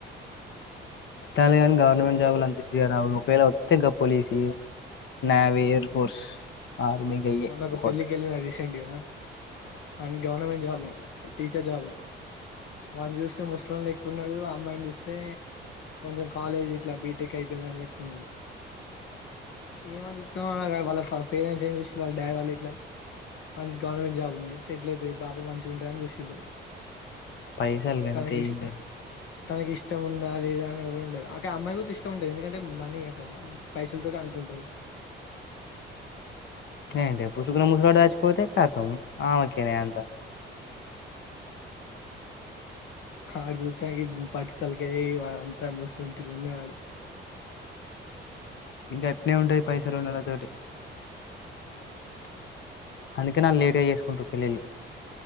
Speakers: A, on the left; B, on the left.
A: ఇస్తారు గాని గవర్నమెంట్ జాబులు అంత ఈజీగా రావు ఒకవేళ వస్తే గ పోలీసి నావి, ఎయిర్ ఫోర్స్ ఆర్మీ గయ్యే
B: మొన్న ఒక
A: కొట్
B: పెళ్ళికి వెళ్ళిన రీసెంట్ గా వాడికి గవర్నమెంట్ జాబ్ ఉంది టీచర్ జాబ్ ఉంది వాడ్ని చూస్తే ముసలోడు లె లే క్కున్నాడు అమ్మాయిని చూస్తే కొంచెం కాలేజ్ ఇట్లా బీటెక్ అయిపోయిందని లేక్క ఉన్నది. ఏమన్నాచెప్పు వాళ్ళ పేరంట్స్ ఏంచేసి వాళ్ళ డాడీ వాళ్ళ ఇట్లా. వానికి గవర్నమెంట్ జాబ్ ఉంది సెటిల్ అవుతుంది పాప మంచిగా ఉంటారుని చూసిళు
A: పైసలు గంతే
B: తనకి ఇష్ట
A: ఏం లేదు
B: తనకి ఇష్టం ఉందా లేదా అని ఎవరు ఉండారు అక్కడ అమ్మాయి కూడా ఇష్టం ఉంటంది ఎందుకంటే మనీ అక్కడ పైసలు తోటి అంత ఉంటాది.
A: గంతే పుసుకు ముసలోడు సాచిపోతే కత్తం కఆమె కే నాయీ అంత.
B: ఆడు చూతానికి బట్ట తలకాయి వాడ అంతా ముసలోడు తిరు ఉన్నాడు వాడు
A: గట్నే ఉంటది పైసలు ఉన్న వాళ్ళ తోటి.
B: ఉమ్
A: అందుకే నన్ను లేట్ గా చేసుకుంటరూ పెళ్ళిళ్ళు.